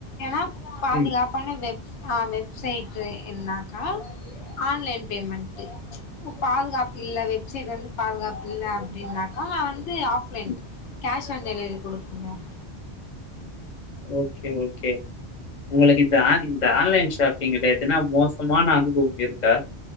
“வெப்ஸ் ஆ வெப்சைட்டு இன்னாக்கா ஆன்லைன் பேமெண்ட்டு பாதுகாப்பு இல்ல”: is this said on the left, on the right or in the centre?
Left